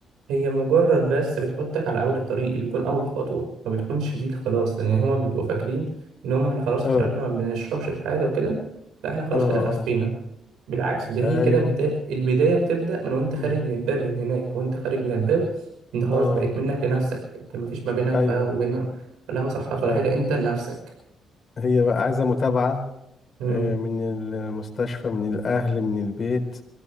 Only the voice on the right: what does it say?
هي مجرد بس بتحطك على أول الطريق دي بيكون أول خطوة ما بتكونش دي خلاص لأن هما بيبقوا فاكرين إن هما إحنا خلاص
خرجنا ما بنشربش في حاجة وكده فإحنا خلاص
كده خفينا
بالعكس ده هي
كده بدا... البداية بتبدأ من وأنت خارج
من الباب من هناك وأنت خارج من الباب أنت خلاص
بقيت منك لنفسك أنت مفيش ما بينك
بقى وبين ولا مصحات
ولا حاجة أنت لنفسك
مم.